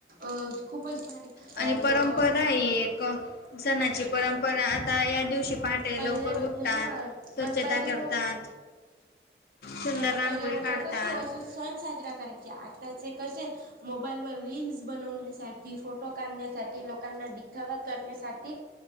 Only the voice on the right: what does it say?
अ खूपच भारी
लोक
पहिले
हा
पण पहिले
लोक
म्ह
पहिले लोक
कसे असं सण साजरा करायचे आताचे कसे मोबाईल वर रीलीलस बनवण्यासाठी फोटो काढण्यासाठी लोकांना दिखावा करण्यासाठी